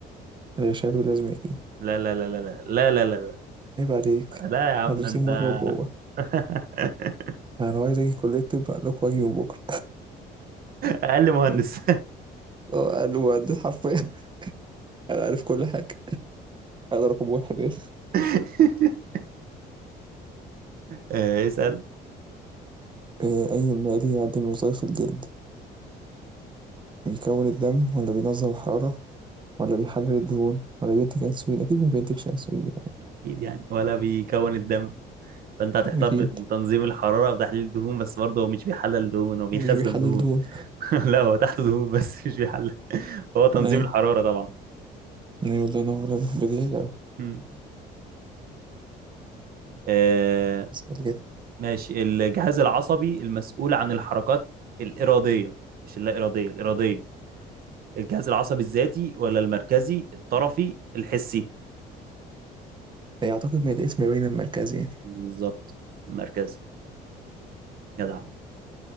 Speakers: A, on the right; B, on the right.
A: الغشاء باللازم أكيد
B: لا لا لا لا لا لا لا لا
A: عيب عليك
B: لا لا يا عم
A: مدرسين
B: ده انت
A: بره وجوه
B: <laughs>
A: أنا عايز أجي كلية طب قال لك وأجي من بكرة
B: اقل مهندس
A: <laughs> اه قالوا عديت حرفيا انا عارف كل حاجه انا رقم واحد يعني.
B: <laughs> آه، اسأل
A: آه، أي مالي يعدل وظائف الجلد بيكون الدم ولا بينظم الحرارة ولا بيحلل الدهون ولا بينتج أنسولين أكيد ما بينتجش أنسولين
B: أكيد يعني ولا بيكون الدم فأنت هتحتار
A: يعني. اكيد
B: بين تنظيم الحرارة وتحليل الدهون بس برضه هو مش بيحلل دهون هو بيخزن
A: مش بيحلل
B: دهون
A: دهون
B: <laughs> لا هو تحت دهون بس مش بيحلل فهو تنظيم
A: أيوة
B: الحرارة طبعا
A: أيوة والله ينور عليك بديهية أوي
B: مم. آه،
A: اسأل كده
B: ماشي الجهاز العصبي المسؤول عن الحركات الإرادية مش اللا إرادية الإرادية الجهاز العصبي الذاتي ولا المركزي الطرفي الحسي
A: يعتقد من الاسم باين المركزي يعني
B: بالظبط المركزي جدع